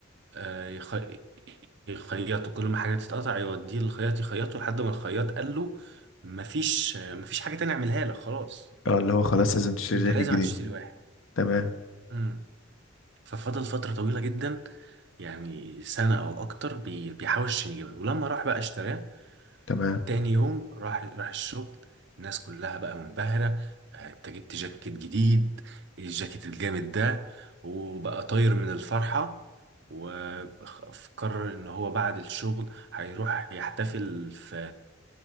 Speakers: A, on the right; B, on the left.
A: آه، يخ... يخيطوا كل ما حاجة تتقطع يوديه للخياط يخيطه لحد ما الخياط قال له مفيش آه، مفيش حاجة تانية اعملها لك خلاص
B: اه اللي هو خلاص لازم تشتري
A: انت
B: جاكيت
A: لازم
B: جديد
A: هتشتري واحد
B: تمام
A: امم ففضل فترة طويلة جدا يعني سنة او اكتر بي... بيحاول عشان يجيبها ولما راح بقى اشتراه
B: تمام
A: تاني يوم راح راح الشغل الناس كلها بقى منبهرة آه، انت جبت جاكيت جديد إيه الجاكيت الجامد ده وبقى طاير من الفرحة وقرر ان هو بعد الشغل هيروح يحتفل في